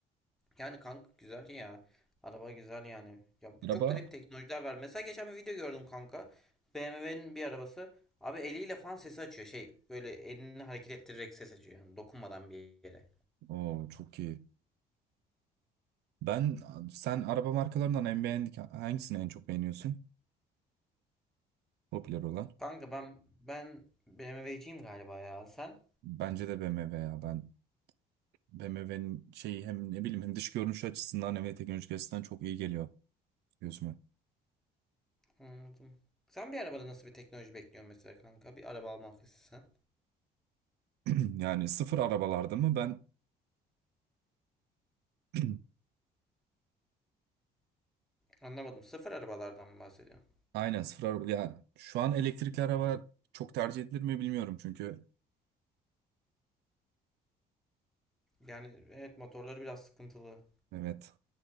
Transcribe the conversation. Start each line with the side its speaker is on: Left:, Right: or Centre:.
Centre: Yani kanka güzel ya. Araba güzel yani. Ya
Right: Araba
Centre: çok garip teknolojiler var. Mesela geçen bir video gördüm kanka. BMW'nin bir arabası. Abi eliyle fan sesi açıyor. Şey böyle elini hareket ettirerek ses açıyor. Yani dokunmadan bir yere.
Right: o çok iyi. Ben sen araba markalarından en beğendik hangisini en çok beğeniyorsun? Popüler olan.
Centre: Kanka ben ben BMW'ciyim galiba ya. Sen?
Right: Bence de BMW ya ben BMW'nin şeyi hem ne bileyim hem dış görünüş açısından hem de teknolojik açısından çok iyi geliyor gözüme.
Centre: Anladım. Sen bir arabada nasıl bir teknoloji bekliyorsun mesela kanka? Bir araba almak istesen.
Right: <clears throat> Yani sıfır arabalarda mı ben <clears throat>
Centre: Anlamadım. Sıfır arabalardan mı bahsediyorsun?
Right: aynen sıfır araba yani şu an elektrikli araba çok tercih edilir mi bilmiyorum çünkü
Centre: Yani evet motorları biraz sıkıntılı.
Right: evet